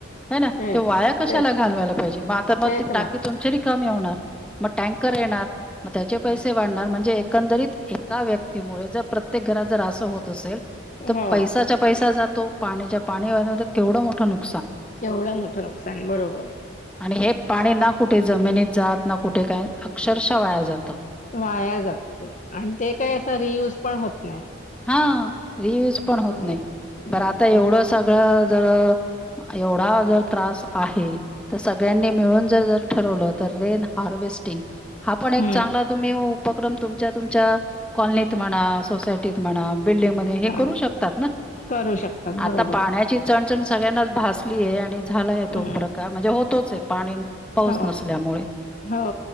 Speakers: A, in the centre; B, on the left (about 40°).
A: हैना
B: तेच
A: वाया कशाला
B: तेच
A: घालवायला पाहिजे मग आता मग
B: तेच
A: टाकी
B: ना
A: तुमची रिका कमी होणार. मग टँकर येणार मग त्याचे पैसे वाढणार म्हणजे एकंदरीत एका व्यक्तीमुळे जर प्रत्येक घरात जर अस होत असेल तर
B: हो
A: पैसाच्या पैसा जातो पाच्या पाणी केवढं मोठ नुक
B: केवढं मोठं नुकसान बरोबर.
A: आणि हे पाणी ना कुठे जमिनीत जात. ना कुठे काय अक्षरशः वाया जातं
B: वाया जात ते आणि ते काय असं रियूज. पण होत नाही.
A: हां रियूज पण होत
B: हम्म
A: नाही. बर आता एवढं
B: तेच
A: सगळं जर एवढा ज जर त्रास आहे. तर सगळ्यांनी मिळून जर ठरवलं. रेन हार्वेस्टिंग हा पण एक
B: हम्म
A: चांगला तुम्ही उपक्रम तुमच्या तुमच्या कॉलनीत तुम्सोसायटीत म्हणा बिल्डिंग मध्ये हे
B: हा
A: करु शकतात ना?
B: करू शकतात बरोबर
A: आता पाण्याची चणचण सगळ्यांनाच भासली आहे, आणि झालाय
B: हम्म
A: तो प्रकार म्हणजे होतोच आहे. पाणी पाऊस
B: हो
A: नसल्यामुळे
B: हो